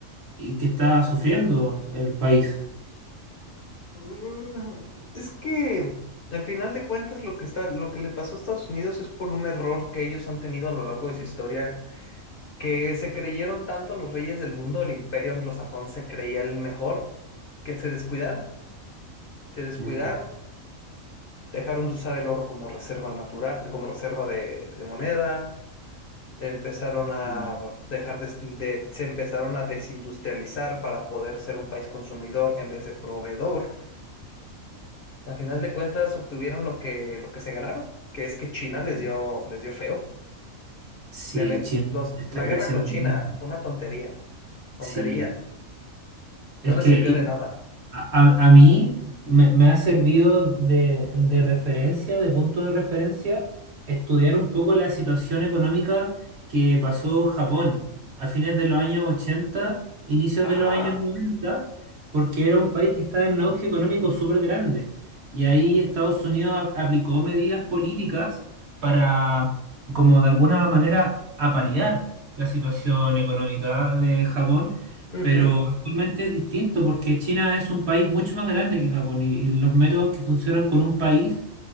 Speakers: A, on the right; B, on the left.
A: y que está sufriendo el país.
B: Mm, Es que al final de cuentas lo que está, lo que le pasó a Estados Unidos es por un error que ellos han tenido a lo largo de su historia, que se creyeron tanto los reyes del mundo, el imperio anglosajón se creía el mejor, que se descuidaron, se descuidaron,
A: Mm,
B: dejaron de usar el oro como reserva natural, como reserva de, de moneda, empezaron a
A: mm,
B: dejar de, de- se empezaron a desindustrializar para poder ser un país consumidor en vez de proveedor. Al final de cuentas obtuvieron lo que, lo que se ganaron, que es que China
A: mm.
B: les dio, les dio feo.
A: Sí,
B: Le me-
A: China
B: los,
A: está
B: la
A: creciendo
B: guerra con China
A: mucho.
B: fue una tontería, tontería.
A: Sí, es
B: No
A: que
B: les sirvió de nada.
A: A, a- a mí me, me ha servido de, de referencia, de punto de referencia, estudiar un poco la situación económica que pasó Japón a fines de los años 80, inicios de
B: Ajá.
A: los años 90, porque era un país que estaba en un auge económico súper grande. Y ahí Estados Unidos ap- aplicó medidas políticas para, como de alguna manera, apalear la situación económica de Japón
B: ujú,
A: pero actualmente es distinto porque China es un país mucho más grande que Japón y, y los métodos que funcionan con un país